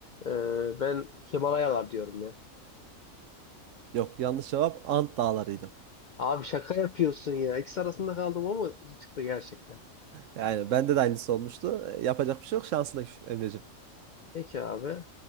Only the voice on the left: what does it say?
Ee, ben Himalayalar diyorum ya.
Abi şaka yapıyorsun ya. İkisi arasında kaldım ama çıktı gerçekten.
Peki abi.